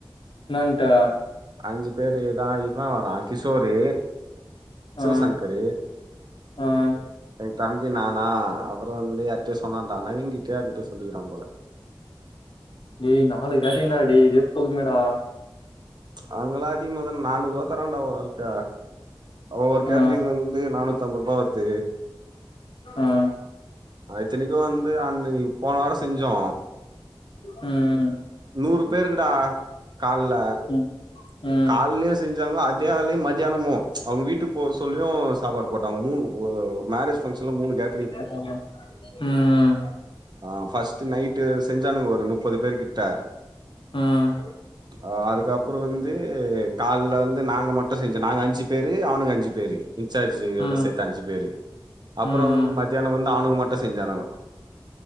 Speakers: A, on the left (about 70°); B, on the right (about 55°).
A: என்னன்ட்டு
B: அஞ்சி பேரு தா இவே வர்றா கிஷோரு
A: ஆ
B: சிவசங்கரு
A: ஆ
B: ரெண் தம்பி நானா அப்பறோ வந்து யார்ட்டயோ சொன்னான்டா நவீன் கிட்டயோ யார்க்கிட்டயோ சொல்லிக்கிறா போல
A: டேய் நாலு கேட்ரிங்டா டேய் இதுவே போதுமேடா
B: அவுங்கெல்லா அதிகமாதான நானூறு ரூவா தர்றான்டா ஒரு ஆளுக்கு ஒரு கேட்டரிங்
A: ஆ
B: வந் து நானூத் அம்பது ரூபா வருது
A: ம்
B: ஆ இத்தனைக்கு வந்து அன்னக்கி போன வாரோ செஞ்சோ
A: ம்
B: நூறு பேருக்குடா கால்ல
A: ம் ம்
B: கால்லயே செஞ்சாங்க அது அதே ஆளு மதியானமு அவங்க வீட்டுக்கு போற சொல்லியு சாப்பாடு போட்டாங்க மூணு ஒரு மேரேஜ் பங்க்ஷன்ல மூணு கேட்ரிங்
A: எப்பவுமே ம் ம்
B: ஆ ஃபர்ஸ்ட் நைட்டு செஞ்சானுங்க ஒரு முப்பது பேரு கிட்ட
A: ம்
B: அ அதுக்கப்பறோ வந் து கால்ல வந்து நாங்க மட்டு செஞ்சோ நாங்க அஞ்சி பேரு அவனுங்க அஞ்சி பேரு சரி செய்றவறோட
A: ம்
B: சேத்து அஞ்சி பேரு அப்பறோ
A: ம்
B: வந்து மத்தியானோ வந்து அவனுங்க மட்டு செஞ்சானுங்கோ